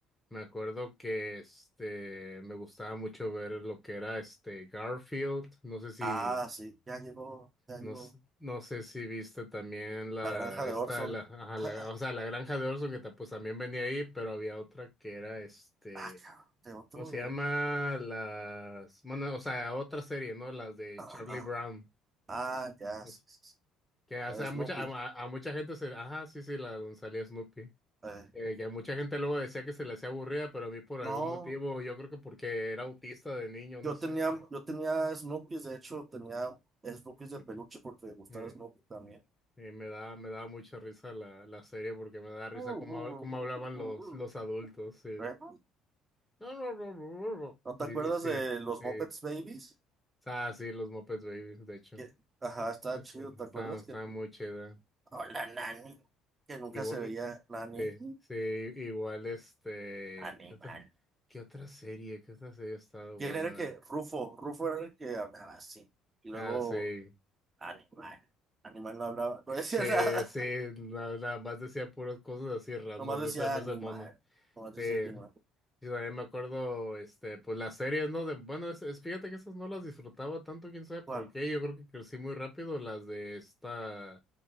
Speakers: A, in the centre; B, on the right.
A: Me acuerdo que este me gustaba mucho ver lo que era este Garfield. No sé si
B: Ah, sí, ya llegó, ya
A: no,
B: llegó.
A: s- no sé si viste también la
B: La granja
A: esta
B: de Orson.
A: la, ajá,
B: <laughs>
A: la- o sea, la granja de Orson que ta- pues también venía ahí, pero había otra que era este
B: Ah, cabrón, de otro.
A: ¿cómo se
B: de-
A: llama? Las bueno, o sea, otra serie, ¿no? Las de
B: Ah,
A: Charlie
B: ah,
A: Brown.
B: ah, ya.
A: No
B: sí,
A: sé,
B: sí, sí.
A: que o
B: La
A: sea,
B: de Snoopy.
A: a mucha a, a- a mucha gente se ajá, sí, sí, la donde salía Snoopy.
B: Eh,
A: Eh, que mucha gente luego decía que se le hacía aburrida, pero a mí por
B: no,
A: algún motivo, yo creo que porque era autista de niño,
B: yo
A: no sé,
B: tenía,
A: me,
B: yo tenía Snoopy, de hecho, tenía Snoopy de
A: <clears throat>
B: peluche porque me gustaba
A: me,
B: Snoopy también.
A: eh, me da, me daba mucha risa la, la serie porque me da risa
B: <laughs>
A: cómo, hab- cómo hablaban los, los adultos. sí.
B: ¿eh?
A: No, no, no, no, no,
B: ¿No te
A: no. Y-
B: acuerdas
A: y sí,
B: de los
A: sí.
B: Muppets Babies?
A: Ah, sí, los Muppets Babies, de hecho.
B: Que, ajá, está
A: Pues,
B: chido,
A: eh,
B: ¿te
A: Estaba,
B: acuerdas?
A: estaba
B: Que,
A: muy chida.
B: hola, Nani. Que nunca
A: Igual,
B: se veía
A: i-
B: Nani.
A: sí, sí, igual este,
B: Animal.
A: ¿qué otra, qué otra serie? ¿Qué otra serie ha estado
B: ¿Quién
A: buena?
B: era el que? Rufo. Rufo era el que hablaba así. Y luego,
A: Ah, sí.
B: animal. Animal no hablaba, no decía
A: Sí,
B: <laughs> nada.
A: sí, na- nada, más decía puras cosas así random,
B: Nomás decía
A: ese, ese
B: animal.
A: mono.
B: Nomás decía
A: Eh,
B: animal.
A: y también me acuerdo, este, pues las series, ¿no? De, bueno, es, es- fíjate que esas no las disfrutaba tanto, quién sabe por
B: ¿Cuál?
A: qué. Yo creo que crecí muy rápido las de esta,